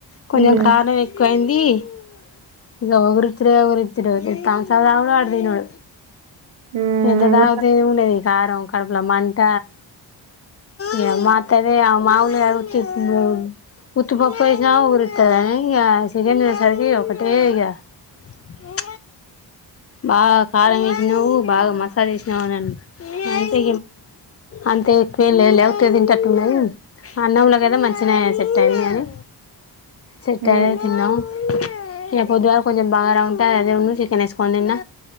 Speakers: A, on the left; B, on the right.
A: కొంచెం
B: హ్మ్
A: కారం ఎక్కువ అయింది. ఇ ఇగ ఎవరిచ్చిడో ఎవరిచ్చిండో ఇగ తంసప్ తాగుడు వాడు తినుడు.
B: హ్మ్
A: ఎంత తాగితే ఏం ఉన్నది కారం కడుపులో మంట. ఈ మతాది మావూల్ <inaudible> ఉత్తి ప పప్పైనా ఉరితదై. ఇక సిలిండర్ అనేసరికి ఒకటే ఇగ ప్చ్. బాగా కారం వేసినవూ. బాగా మసాలా ఏష్ణవ అంటే అంతే ఎక్కువ ఏం లేదు తింటాటున్నది. హ్మ్ అన్నంలో కాదా మంచిగానే సెట్ అయిందిగాని. సెట్
B: హ్మ్
A: ఆయె తిన్నం ప్చ్. ఇగ పొద్దుగాల కొంచెం బాగారా ఉంటే అదే ఉను చికెన్ ఏసుకొని తిన్న